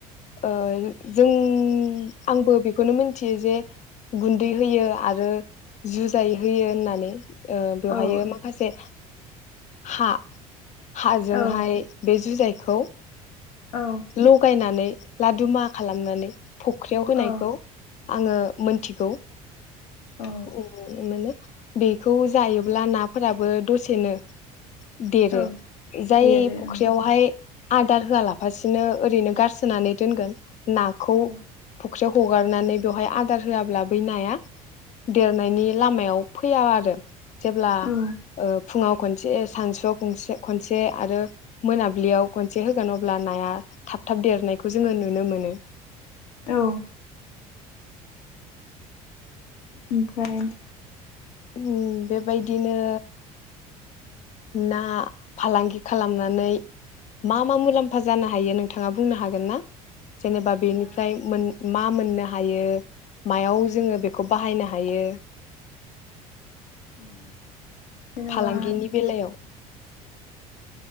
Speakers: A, on the left; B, on the left.
A: ओयो जों उम आंबो बेखौनो मिथियो जे गुन्दै होयो आरो जुजाय होयो होननानै। ओयो बेवहायो
B: औ
A: माखासे हा। हाजोंहाय
B: औ
A: बे जुजाय खौ।
B: औ
A: लगायनानै लादु मा खालामनानै फख्रियाव होनायखौ
B: औ
A: आङो मोनथिगौ।
B: औ
A: अ माने बेखौ जायोब्ला नाफोराबो दसेनो। देरो
B: औ
A: जाय
B: देरो
A: फुख्रियावहाय।
B: ओं
A: आदार होआलाब। फारसेनो ओरैनो गारसोनानै दोनगोन। नखौ थब।
B: औ
A: फुख्रियाव हगारनानै बेवहाय आदार होआब्ला बै नाया देरनायनि लामायाव फैया आरो। जेब्ला
B: औ
A: ओ फुङाव खनसे सानसुआवसे खनसे आरो मोनाबिलियाव खनसे होगोन अब अब्ला नाया थाब थाब देरनायखौ जोङो नुनो मोनो।
B: औ ओमफ्राय
A: उम बेबायदिनो। ना फालांगि खालामनानै मा मा मुलाम्फा जानो हायो नोंथाङा बुंनो हागोन ना। जेनेबा बेनिफ्राय
B: ना
A: मोन-उम म मोननो हायो मायाव जोङो बेखौ बाहायनो हायो।
B: <inaudible> जेनेबा
A: फालांगिनि बेलायाव।